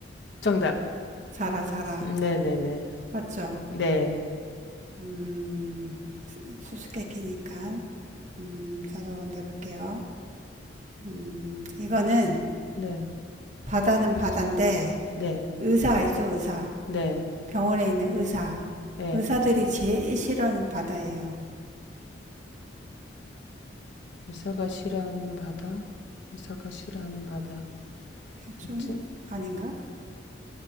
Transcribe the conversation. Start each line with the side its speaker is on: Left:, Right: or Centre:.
Left: 정답.
Right: 자라 자라
Left: 네, 네, 네.
Right: 맞죠?
Left: 네,
Right: 음 수수께끼니까 음 저도 내볼게요. 음 이거는
Left: 네,
Right: 바다는 바다인데
Left: 네,
Right: 의사 알죠 의사
Left: 네.
Right: 병원에 있는 의사
Left: 예.
Right: 의사들이 제일 싫어하는 바다예요
Left: 의사가 싫어하는 바다. 의사가 싫어하는 바다.
Right: 좀
Left: 그치?
Right: 아닌가